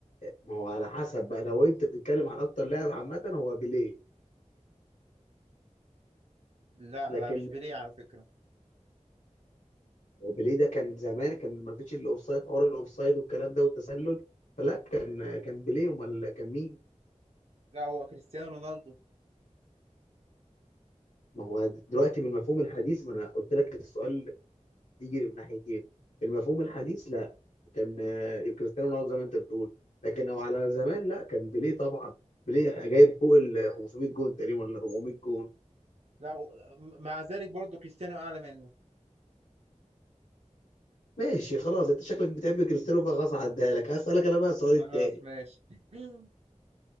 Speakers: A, on the left; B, on the right.
A: ما هو على حسب بقى لو انت بتتكلم عن اكتر لاعب عامه هو بيليه
B: لا
A: لكن
B: لا مش بيليه على فكرة
A: هو بيليه ده كان زمان كان ما فيش الاوفسايد حوار الاوفسايد والكلام ده والتسلل فلا كان كان بيليه امال كان مين
B: لا هو كريستيانو رونالدو
A: ما هو دلوقتي بالمفهوم الحديث ما انا قلت لك السؤال يجري من ناحيتين في المفهوم الحديث لا كان آه، كريستيانو رونالدو زي ما انت بتقول لكن لو على زمان لا كان بيليه طبعا بيليه جايب فوق ال 500 جون تقريبا ولا 400 جون
B: لا و- مع ذلك برضو كريستيانو اعلى منه
A: ماشي خلاص انت شكلك بتحب كريستيانو فخلاص هعديها لك هسألك انا بقى السؤال
B: خلاص
A: التاني
B: ماشي <clears throat> <laughs>